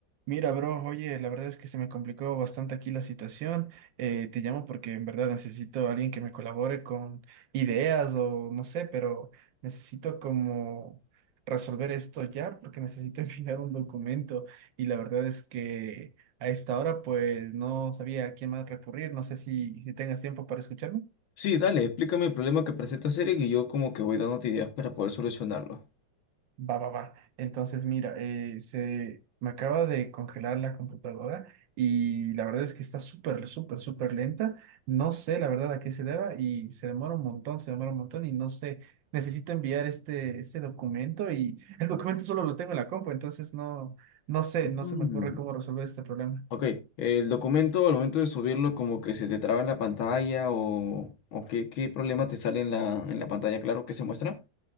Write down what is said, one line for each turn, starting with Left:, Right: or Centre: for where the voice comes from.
Right: Mira, bro, oye, la verdad es que se me complicó bastante aquí la situación. Eh, te llamo porque en verdad necesito a alguien que me colabore con ideas o no sé, pero necesito como resolver esto ya porque necesito <laughs> enviar un documento y la verdad es que a esta hora pues no sabía a quién más recurrir. No sé si, si tengas tiempo para escucharme.
Left: Sí, dale, explícame el problema que presenta Eric y yo como que voy dándote ideas para poder solucionarlo.
Right: Va, va, va. Entonces, mira, eh, se me acaba de congelar la computadora y la verdad es que está súper, súper, súper lenta. No sé la verdad a qué se deba y se demora un montón, se demora un montón y no sé. Necesito enviar este, este documento y <laughs> el documento solo lo tengo en la compu, entonces no, no sé,
Left: Mm,
Right: no se me ocurre cómo resolver este problema.
Left: Ok, el documento al momento de subirlo como que se te traba en la pantalla o, o qué, qué problema te sale en la, en la pantalla, claro, que se muestra.